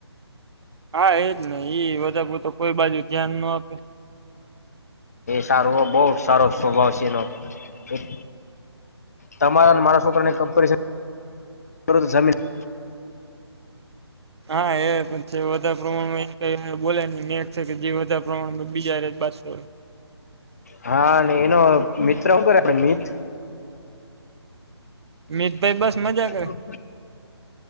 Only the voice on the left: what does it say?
સારુ બોજ સારો સ્વભાવ છે, એનો એક તમારા અને મારા છોકરાની, કમ્પેરિઝન તો જમીન <inaudible>
હા, અને એનો મિત્ર હુ કરે પેલો મીત?
<unintelligible>